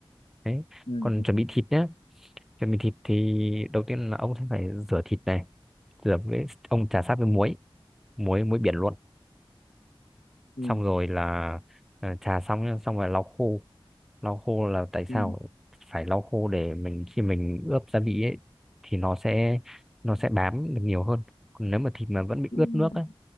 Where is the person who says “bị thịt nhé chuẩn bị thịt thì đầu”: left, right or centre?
Centre